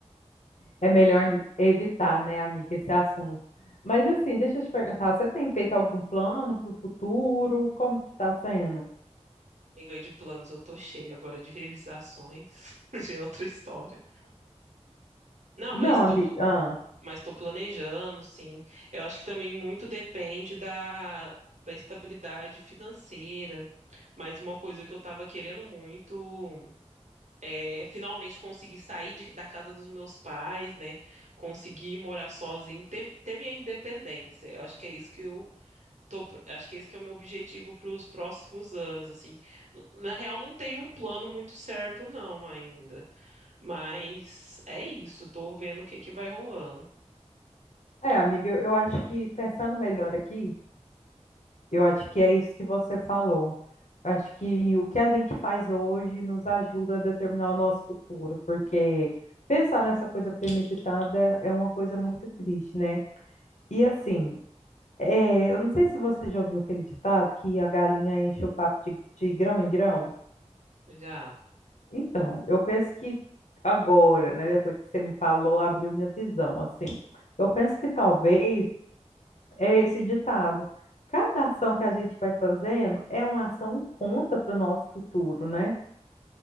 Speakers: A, on the left (about 85°); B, on the right (about 85°).
A: É melhor evitar, né, amiga, esse assunto. Mas assim, deixa eu te perguntar, você tem feito algum plano para o futuro? Como que está sendo?
B: Amiga, de planos eu tô cheia agora de realizações, <laughs> já é outra história. Não,
A: Não,
B: mas tô
A: amiga.
B: pl-
A: Ah,
B: mas tô planejando, sim. Eu acho que também muito depende da da estabilidade financeira Mas uma coisa que eu tava querendo muito é finalmente conseguir sair de- da casa dos meus pais, né? Conseguir morar sozinho, ter, ter minha independência. Eu acho que é isso que eu tô, pro- acho que esse que é o meu objetivo para os próximos anos, assim. Nu- Na real, não tenho um plano muito certo, não, ainda. Mas é isso, tô vendo o que que vai rolando.
A: é, amiga, eu eu acho que pensando melhor aqui, eu acho que é isso que você falou. Acho que o que a gente faz hoje nos ajuda a determinar o nosso futuro, porque pensar nessa coisa premeditada é uma coisa muito triste, né? E assim, É, eu não sei se você já ouviu aquele ditado que a galinha enche o papo de, de grão em grão.
B: Já,
A: Então, eu penso que agora, né, depois que você me falou, abriu minha visão, assim. Eu penso que talvez é esse ditado. Cada ação que a gente vai fazendo é uma ação e conta para o nosso futuro, né?